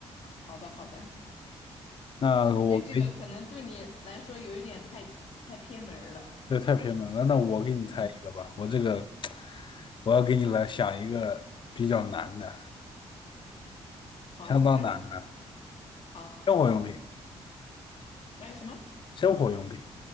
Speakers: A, on the left (about 60°); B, on the left (about 45°).
A: 好的好的，
B: 那我给，
A: 那这个可能对你来说有一点太太偏门儿了。
B: 这太偏门了。那我给你猜一个吧，
A: 嗯，
B: 我这个我要给你来想一个比较难的，
A: 好，
B: 相当难的
A: 来吧。好，
B: 生活用品，
A: 哎，什么？
B: 生活用品